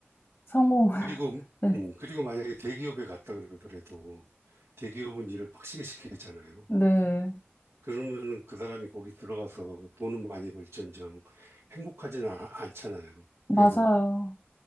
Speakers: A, on the left; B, on the right.
A: 성공. <laughs>
B: 그리고
A: 네,
B: 음, 그리고 만약에 대기업에 갔다 그러더라도 대기업은 일을 빡시게 시키잖아요.
A: 네,
B: 그러면은 그 사람이 거기 들어가서 돈은 많이 벌지언정 행복하지는 아- 않잖아요.
A: 맞아요.
B: 그래서